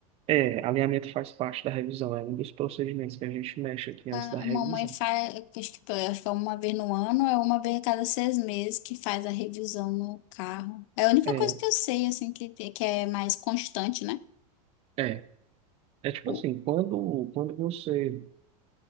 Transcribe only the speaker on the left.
A
a mamãe faz, acho que, acho que é uma vez no ano, é uma vez a cada seis meses que faz a revisão no carro. É a única
coisa que eu sei, assim, que, te- que é mais constante, né?
O-